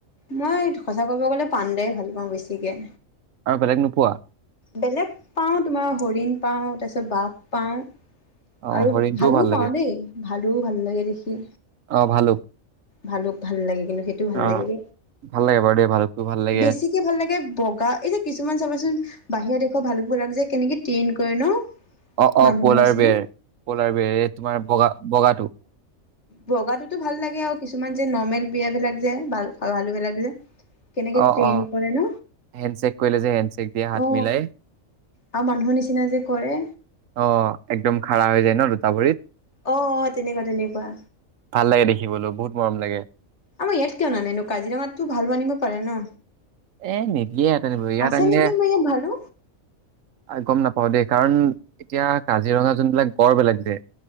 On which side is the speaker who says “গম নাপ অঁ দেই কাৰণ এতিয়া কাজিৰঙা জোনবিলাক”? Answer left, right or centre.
Right